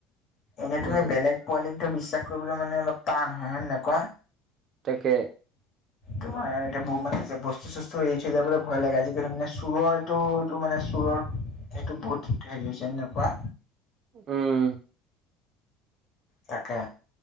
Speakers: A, on the left; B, on the right.
A: এনেই
B: উম
A: তুমি বেলেগ পোৱালিক ত বিশ্বাস কৰিবলৈ মানে অলপ টান হয় হয়নে নয় কোৱা
B: তাকে,
A: তোমাৰ এতিয়া বো মান বস্তু চস্তু এৰি থৈ যাবলৈ ভয় লাগে! আজিকালি মানে চোৰৰ, এইটো টো মানে চোৰৰ এইটো বহুত হেৰি হৈছে হয় নাই কোৱা,
B: উম
A: তাকে